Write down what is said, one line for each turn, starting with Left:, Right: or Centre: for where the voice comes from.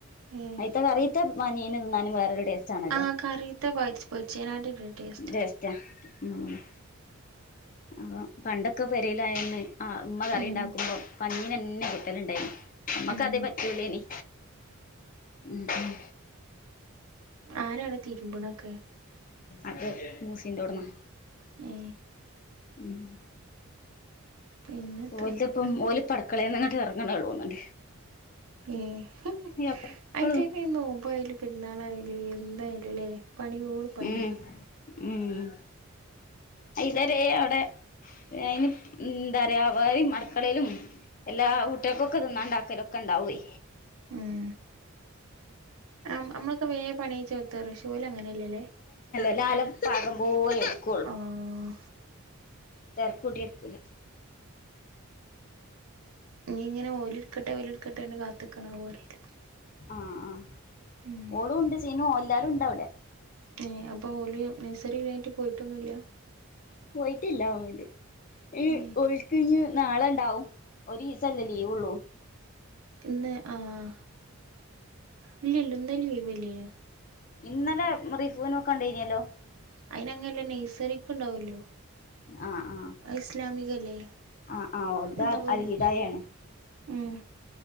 Right: ഏഹ്
Left: അയിത്ത കറയിത്ത പനീന് ന്നാനും വേറെരുടെ ടെ ച്ചാണല്ലോ
Right: ആഹ് കറിത്തെ പൊരിച്ച് പൊരിച്ചേനാട്ടിലും ടേസ്റ്റാ
Left: ടേയ്സ്റ്റാ ഉം- അ <unintelligible> പണ്ടൊക്കെ പെരെലായന്ന് ആഹ് ഉമ്മ കറിണ്ടാക്കുമ്പോ
Right: ഉം
Left: പ <unintelligible> പിന്നെ കിട്ടലുണ്ടായിന് നമ്മക്ക്
Right: ഉം
Left: അതേ പറ്റൂള്ളേനി ഉം ഉം
Right: ആരവിടെ തിരുമ്പണൊക്കെ
Left: അത് മൂസിന്റോട്മ
Right: ഏഹ്
Left: ഉം
Right: പിന്നെത്താ
Left: ഓല്ന്റോപ്പം ഓല് ഇപ്പ അട്ക്കളന്നങ്ങട്ട് എറങ്ങണെള്ളൂന്ന്ണ്ട്
Right: ഏഹ്
Left: എപ്പളും
Right: അയറ്റെക്ക്‌ ഈ നോമ്പയാലും പെര്ന്നാളായ്ലും എന്തായാലുല്ലേ പണിയോട് പണിയാണ്
Left: ഉം ഉം ഇതരെ അവിടെ അയിന് ഇപ് എന്താറയാ വേറെം അടുക്കളെലും എല്ലാ ഉട്ടികക്കൊക്കെ തിന്നാണ്ടാക്കലൊക്കെണ്ടാവേ
Right: ഉം നമ് നമ്മളൊക്കെ വേ പണിച്ചോ തെറ്ശൂലങ്ങനെല്ലല്ലേ
Left: ല്ലാല്ലം പാകം പോലെ എടുക്വൊള്ളു
Right: ആഹ്
Left: തെരക്കൂട്ടി എടുക്കൂല
Right: ഞ്ഞി ഇങ്ങനെ ഓലെടുക്കട്ടെ ഓലെടുട്ടെന്ന് കാത്തിക്കണാവോ അറിയില്ല
Left: ആഹ് ആഹ്
Right: ഉം
Left: ഓളും ഉണ്ട് ജീനും എല്ലാരുണ്ടവിടെ
Right: ഏഹ് അപ്പൊ ഓല് നഴ്സറി ഇല്ലഞ്ഞിട്ട് പോയിറ്റൊന്നുല്ല
Left: പോയിട്ടില്ലഅഒണ്ട് ഇ
Right: ഏ
Left: ഓയ് കയിഞ്ഞൽ നാളണ്ടാവും ഒരു ഈസല്ലേ ലീവ്ള്ളൂ
Right: ഇന്ന് ആഹ് ഇല്ലില്ലു ഇന്ന് ലീവില്ലിയൊ
Left: ഇന്നലെ റീഫുനോക്കണ്ടിയിനിയല്ലോ
Right: അയിനങ്ങല്ലേ നഴ്സറിക്ക് ണ്ടാവല്ലോ
Left: ആഹ് ആഹ്
Right: ഐസ്ലമികല്ലെ
Left: ആഹ് ആഹ് ഓൽത്
Right: ഉണ്ടാവൂല്ലോ
Left: അൽഹിദായാണ്
Right: ഉം